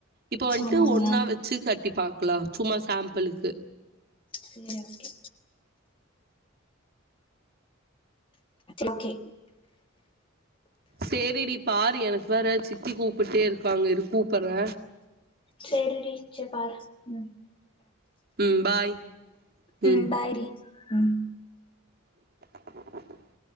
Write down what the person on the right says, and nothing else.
இப்ப வந்துட்டு
ஒன்னா வச்சு கட்டி பாக்கலாம் சும்மா சாம்பிலுக்கு
சேரி டி பாரு எனக்கு வேற சித்தி கூப்பிட்டே இருக்காங்க இரு கூப்பறே
ம் பாய்
ம்
<inaudible>